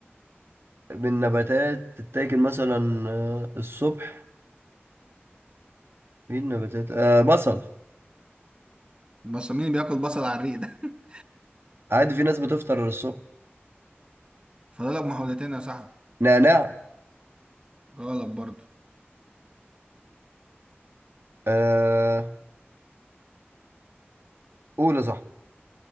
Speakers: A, on the right; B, on the right.
A: بالنباتات تتاكل مثلا آه، الصبح ايه النباتات آه بصل
B: بس مين بياكل بصل على الريق ده <laughs>
A: عادي في ناس بتفطر الصبح
B: فاضلك محاولتين يا صاحبي
A: نعناع
B: غلط برضو
A: آه قول يا صاحبي